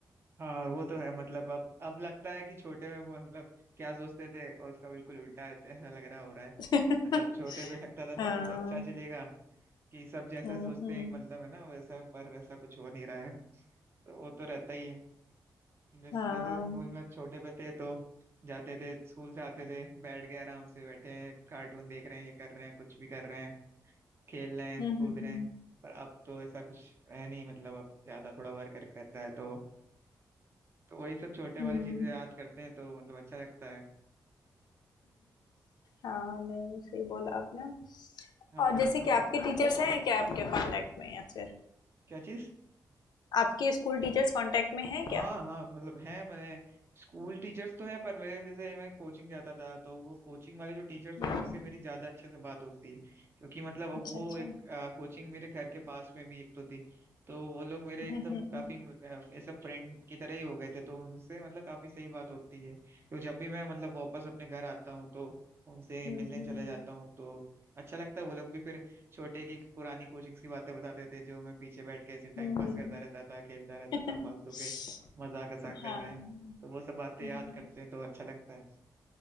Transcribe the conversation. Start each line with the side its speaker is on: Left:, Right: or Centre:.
Right: हाँ वो तो है मतलब अब अब लगता है कि छोटे में वो मतलब क्या सोचते थे और उसका बिल्कुल उल्टा ऐसा लग रहा हो रहा है
Left: <laughs>
Right: मतलब छोटे पे लगता था
Left: हाँ
Right: सब कुछ अच्छा चलेगा कि सब जैसा
Left: हम्म
Right: सोचते
Left: हम्म,
Right: हैं मतलब है ना वैसा पर वैसा कुछ हो नहीं रहा है तो वो तो रहता ही है जैसे
Left: हाँ
Right: जैसे स्कूल
Left: हम्म
Right: में छोटे पे थे तो जाते थे स्कूल से आते थे बैठ गए आराम से बैठे हैं कार्टून देख रहे हैं ये कर रहे हैं कुछ भी कर रहे हैं खेल रहे हैं
Left: हम्म
Right: कूद
Left: हम्म,
Right: रहे हैं पर अब तो ऐसा कुछ है नहीं मतलब अब ज्यादा थोड़ा वर्क रहता है तो तो वही सब छोटे वाली
Left: हम्म,
Right: चीजें याद करते हैं तो मतलब अच्छा लगता है
Left: हाँ नहीं सही बोला आपने
Right: हाँ
Left: और जैसे
Right: तो
Left: कि आपके टीचर्स हैं क्या आपके कांटेक्ट में या फिर
Right: क्या चीज
Left: आपके स्कूल टीचर्स कांटेक्ट में हैं क्या
Right: हाँ हाँ मतलब है मैंने स्कूल टीचर्स तो हैं पर मेरे जैसे मैं कोचिंग जाता था तो वो कोचिंग वाले जो टीचर्स हैं
Left: हम्म,
Right: उनसे मेरी ज्यादा अच्छे से बात होती है क्योंकि मतलब अब
Left: अच्छा
Right: वो
Left: अच्छा
Right: एक
Left: हम्म
Right: कोचिंग मेरे घर के पास में भी एक तो थी तो वो लोग मेरे एकदम
Left: हम्म
Right: काफी अ, ऐसा फ्रेंड की तरह ही हो गए थे तो उनसे मतलब काफी सही बात होती है तो जब भी मैं मतलब वापस अपने घर आता हूँ तो उनसे
Left: हम्म
Right: मिलने
Left: हम्म
Right: चला जाता हूँ तो अच्छा लगता है वो लोग भी फिर छोटे की पुरानी कोचिंग्स की बातें बताते थे जो मैं पीछे बैठ के ऐसे
Left: हम्म,
Right: टाइम पास करता रहता था खेलता रहता
Left: हम्म,
Right: था फालतू के
Left: <laughs>
Right: मजाक वजाक कर
Left: हाँ
Right: रहे हैं तो वो सब बातें
Left: हम्म
Right: याद करते हैं तो अच्छा लगता है